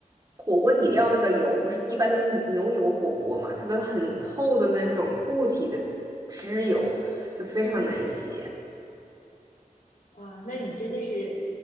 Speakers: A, on the right; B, on the left.
A: 火锅底料那个油，不是一般都是牛油火锅嘛，它都很厚的那种固体的脂油，就非常难洗。
B: 哇，那你真的是